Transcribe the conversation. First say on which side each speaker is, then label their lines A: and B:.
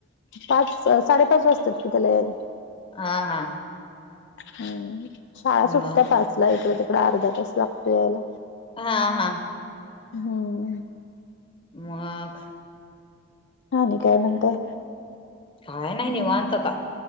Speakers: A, on the left; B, on the left.
A: पाच साडेपाच वाजतात कि त्याला यायला.
B: हा. हा.
A: हम्. शाळा
B: मग
A: सुटत्या पाचला इकड तिकड अर्धा तास लागतो यायला.
B: हा. हा.
A: हं.
B: मगं.
A: आणि काय म्हणताय?
B: काय नाही निवांत आता.